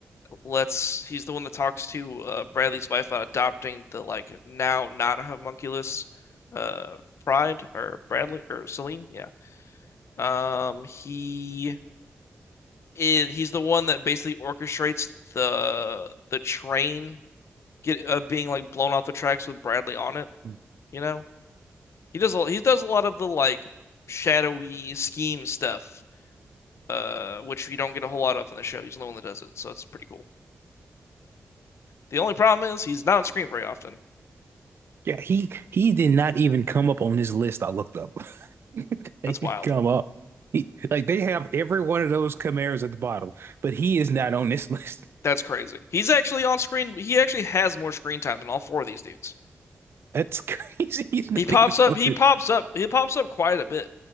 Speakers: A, on the left; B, on the right.
A: lets he's the one that talks to uh, Bradley's wife about adopting the like now not homunculus uh Pride or Bradley or Selim. Yeah. Um he is he's the one that basically orchestrates the the train get uh, being like blown off the tracks with Bradley on it,
B: <laughs>
A: you know? He does a, he does a lot of the like shadowy scheme stuff uh which you don't get a whole lot of in the show. He's the one that does it, so it's pretty cool. The only problem is he's not on screen very often.
B: Yeah, he he did not even come up on this list I looked up. <laughs>
A: That's
B: They didn't
A: wild.
B: come up. He, like they have every one of those Camaros at the bottom, but he is not on this <laughs> list.
A: That's crazy. He's actually on screen. He actually has more screen time than all four of these dudes.
B: That's crazy. <laughs> He's not
A: He pops
B: even
A: up.
B: on
A: He
B: it.
A: pops up. He pops up quite a bit.